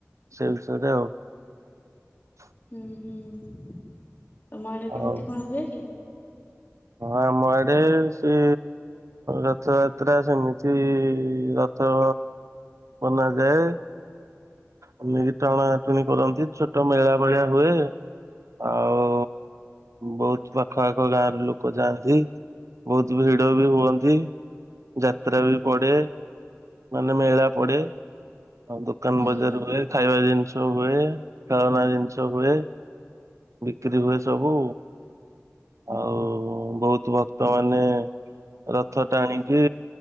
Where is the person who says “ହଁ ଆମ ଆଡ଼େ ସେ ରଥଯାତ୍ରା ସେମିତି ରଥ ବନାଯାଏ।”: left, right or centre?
Right